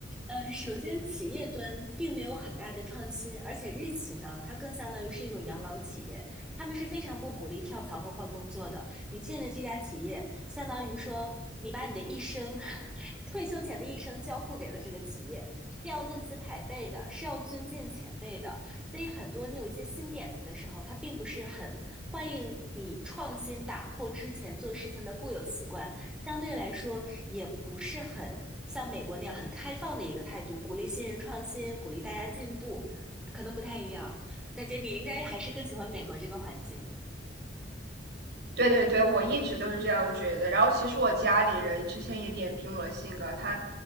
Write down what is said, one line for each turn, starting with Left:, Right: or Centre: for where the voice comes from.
Centre: 呃，首先企业端并没有很大的创新，而且日企呢，它更相当于是一种养老企业，他们是非常不鼓励跳槽或换工作的。你进了这家企业，相当于说你把你的一生，<laughs> 退休前的一生交付给了这个企业，是要论资排辈的，是要尊敬前辈的。所以很多你有一些新点子的时候，它并不是很欢迎你创新打破之前做事情的固有习惯，相对来说也不是很像美国那样很开放的一个态度，鼓励新人创新，鼓励大家进步，可能不太一样。感觉你应该还是更喜欢美国这个环境。
Right: 对对对，我一直都是这样觉得。然后其实我家里人之前也点评我的性格，他